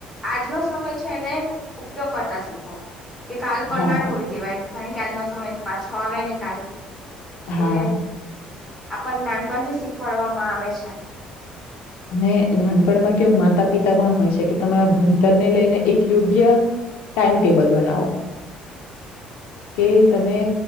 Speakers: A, in the centre; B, on the left.
A: આજનો સમય છે, એને ઉપયોગ કરતા શીખો કે કાલ પણ
B: હા
A: ના ઢોળી જવાય કારણ કે આજનો સમય તો પાછો આવે નહી કાલે એટલે
B: હા
A: આપણને નાનપણથી શીખવાડવામાં આવે છે.
B: અને નાનપણમાં કેવું માતા પિતા પણ હોય છે, કે તમારા ભણતર ને લઈને એક યોગ્ય ટાઈમટેબલ બનાવો કે તમે